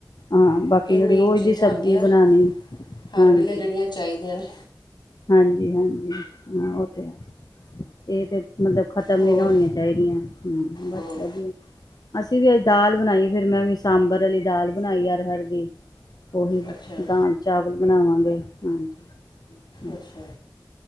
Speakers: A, on the left; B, on the left.
A: ਹਾਂ ਬਾਕੀ
B: ਇਹ
A: ਜਿਹੜੀ
B: ਮੇਨ
A: ਰੋਜ਼
B: ਚੀਜ਼ਾਂ
A: ਦੀ ਸਬਜ਼ੀ
B: ਹੁੰਦੀਆਂ
A: ਬਣਾਉਣੀ
B: ਹਰ
A: ਹਾਂਜੀ
B: ਵੇਲੇ ਜਿਹੜੀਆਂ ਚਾਹੀਦੀਆਂ ਨੇ
A: ਹਾਂਜੀ ਹਾਂਜੀ ਹਾਂ ਉਹ ਤੇ ਹੈ ਇਹ ਤੇ ਮਤਲਬ ਖਤਮ
B: ਹੋਰ
A: ਨਹੀਂ ਨਾ ਹੋਣੀਆਂ ਚਾਹੀਦੀਆਂ ਬਸ
B: ਹੂੰ
A: ਵਧੀਆ ਅਸੀਂ ਵੀ ਅੱਜ ਦਾਲ ਬਣਾਈ ਫਿਰ ਮੈਂ ਵੀ ਸਾਂਬਰ ਵਾਲੀ ਦਾਲ ਬਣਾਈ ਹਰ ਹਰ ਦੀ ਉਹੀ
B: ਅੱਛਾ
A: ਦਾਲ ਚਾਵਲ ਬਣਾਵਾਂਗੇ ਹਾਂਜੀ
B: ਅੱਛਾ